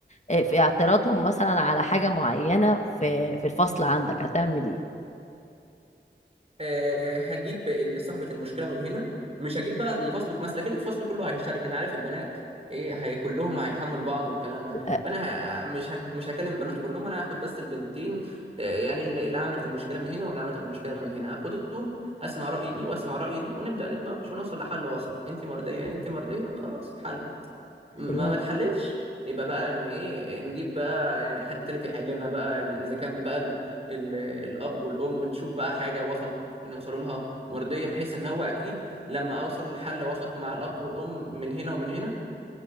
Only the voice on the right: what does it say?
أه هجيب ال- صاحبه المشكله من هنا مش هجيب بقى الفصل ما أصل اكيد الفصل كله هيشترك انا عارف البنات ايه هي كلهم هيحملوا بعض والكلام ده
فانا ه... مش ه... مش هكلم البنات كلهم انا هاخد بس البنتين آه، يعني اللي اللي عملت المشكله من هنا واللي عملت المشكله من هنا هاخدهم اسمع راي دي واسمع راي دي ونبدا نتناقش ونوصل لحل وسط انت مرضيه انت مرضيه خلاص اتحل ما
ما اتحلتش يبقى بقى ان ايه نجيب بقى يعني حد تالت يحل لنا بقى يعني اذا كان بقى ال ال الاب والام نشوف بقى حاجه وسط نوصلوا لها مرضيه بحيث ان هو اكيد لما اوصل لحل وسط مع الاب والام من هنا ومن هنا